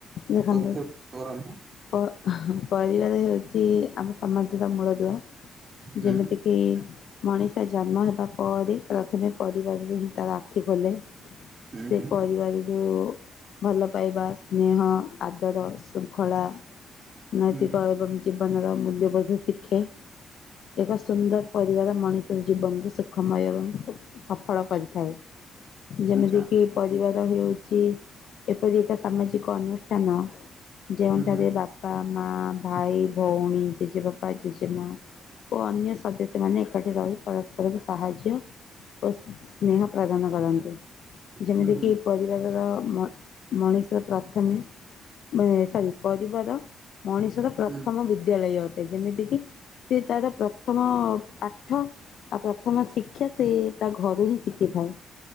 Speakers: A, on the left (about 75°); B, on the right (about 40°).
A: ଦେଖନ୍ତୁ
B: ତଥ୍ୟ କରନ୍ତୁ।
A: ପ-ପରିବାର ହେଉଛି ଆମ ସମାଜର ମୂଳଦୁଆ,
B: ହୁଁ
A: ଯେମିତି କିି ମଣିଷ ଜନ୍ମ ହେବା ପରେ ପ୍ରଥମେ ପରିବାରରେ ହିଁ ତାର ଆଖି ଖୋଲେ।
B: ହୁଁ
A: ସେ
B: ହୁଁ
A: ପରିବାର ଯୋଉ ଭଲ ପାଇବା ସ୍ନେହ ଆଦର ଶୃଙ୍ଖଳା ନୈତିକ
B: ହୁଁ ହୁଁ
A: ଆୟଭବ ଜୀବନର ମୂଲ୍ୟବୋଧ ଶିଖେ। ଏକ ସୁନ୍ଦର ପରିବାର ମଣିଷର ଜୀବନକୁ ସୁଖମୟ ଏବଂ ଶୁ ସଫଳ କରିଥାଏ। ଯେମିତି
B: ଆଚ୍ଛା
A: କିି ପରିବାର ହେଉଛି ଏପରି ଏକ ସାମାଜିକ ଅନୁଶ୍ ଷ୍ଠାନ ଯେଉଁଠାରେ
B: ହୁଁ ହୁଁ
A: ବାପା ମା, ଭାଇ, ଭଉଣୀ, ଜେଜେବାପା, ଜେଜେମା। ଓ ଅନ୍ୟ ସଦସ୍ୟ ମାନେ ଏକାଠି ରହି ପରସ୍ପରକୁ ସାହାଯ୍ୟ ଓ ସ୍ନେହ ପ୍ରଦାନ କରନ୍ତି। ଯେମିତି
B: ହୁଁ ହୁଁ
A: କିି ପରିବାରର ମଣିଷ ପ୍ରଥମେ ମାନେ ସରି ପରିବାର ମଣିଷର ପ୍ରଥମ
B: ହୁଁ
A: ବିଦ୍ୟାଳୟ ଅଟେ, ଯେମିତି କିି ସେ ତାର ପ୍ରଥମ ପାଠ ଆଉ ପ୍ରଥମ ଶିକ୍ଷା ସେ ତା ଘରୁ ହିଁ ଶିଖିଥାଏ।